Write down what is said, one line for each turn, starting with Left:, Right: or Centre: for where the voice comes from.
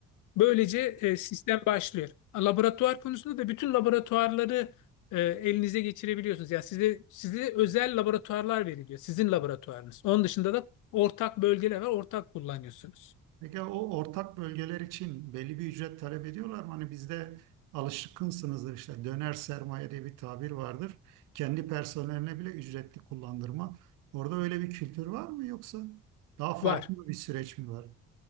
Left: Böylece e, sistem başlıyor. Laboratuvar konusunda da bütün laboratuvarları e, elinize geçirebiliyorsunuz. Yani size, size özel laboratuvarlar veriliyor. Sizin laboratuvarınız. Onun dışında da ortak bölgeler var. Ortak kullanıyorsunuz.
Right: Peki o ortak bölgeler için belli bir ücret talep ediyorlar mı? Hani bizde alışkınsınızdır işte döner sermaye diye bir tabir vardır. Kendi personeline bile ücretli kullandırma. Orada öyle bir kültür var mı yoksa daha farklı
Left: Var.
Right: bir süreç mi var?